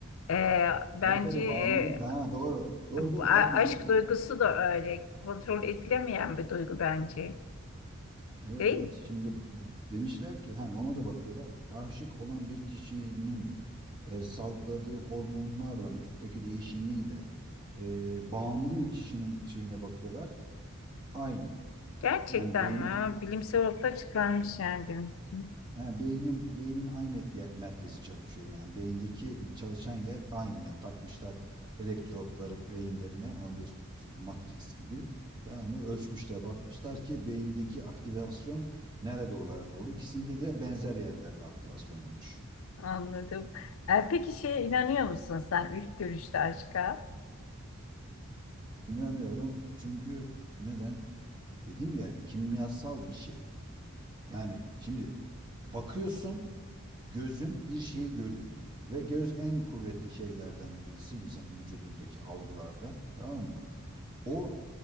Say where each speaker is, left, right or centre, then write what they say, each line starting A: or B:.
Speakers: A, on the left (about 70°); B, on the right (about 20°).
A: Ee, bence
B: Tabii tabii
A: e,
B: bağımlılık. Ha doğru. Doğru
A: Bu
B: doğru
A: a-
B: pardon
A: Aşk
B: öyle.
A: duygusu da öyle kontrol edilemeyen bir duygu bence.
B: Evet
A: Değil
B: evet
A: mi?
B: şimdi demişler ki hani ona da bakıyorlar. Aşık olan bir kişinin e, salgıladığı hormonlarla vücuttaki değişimiyle e, bağımlı kişinin şeyine bakıyorlar. Aynı.
A: Gerçekten
B: Yani beyni
A: mi? Ha, bilimsel ortaya çıkarmış yani demek ki.
B: Ha, beynin beynin aynı yer merkezi çalışıyor yani. Beyindeki çalışan yer aynı yani. Takmışlar elektrotları beyinlerine onu Matrix gibi. Tamam mı? Ölçmüşler, bakmışlar ki beyindeki aktivasyon nerede olardı oldu. İkisinde de benzer yerlerde aktivasyon olmuş.
A: Anladım. E, peki şeye inanıyor musun sen ilk görüşte aşka?
B: İnanıyorum çünkü neden? Dedim ya kimyasal bir şey. Yani şimdi bakıyorsun gözün bir şeyi görüyor ve göz en kuvvetli şeylerden birisi insanın vücudundaki algılarda tamam mı? O